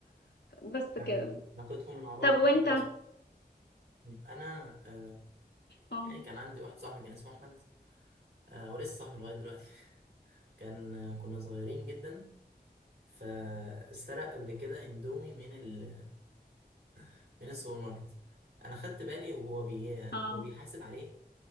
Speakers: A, on the left (about 85°); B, on the right (about 75°).
A: بس
B: يعني
A: كده
B: علاقتكم مع بعض
A: طب وإنت؟
B: يعني كويسة انا آه،
A: اه
B: يعني كان عندي واحد صاحبي كان اسمه احمد آه، ولسه صاحبي لغايه دلوقتي <laughs> كان آه، كنا صغيرين جدا فسرق قبل كده اندومي من ال <laughs> من السوبر ماركت انا خدت بالي وهو بي
A: اه
B: وهو بيحاسب عليه